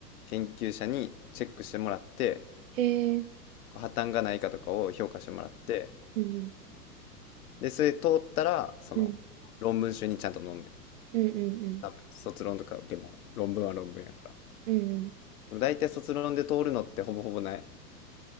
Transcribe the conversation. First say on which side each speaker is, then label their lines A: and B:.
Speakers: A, on the left; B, on the right.
A: 研究者にチェックしてもらって、
B: へえ、
A: 破綻がないかとかを評価してもらって、
B: うん、うん、
A: で、それ通ったら、その、
B: うん、
A: 論文集にちゃんと載んねん。
B: うん、うん、
A: 多分、卒論とかでも、論文は論文やから。
B: うん、うん。
A: でも大体卒論で通るのってほぼほぼない。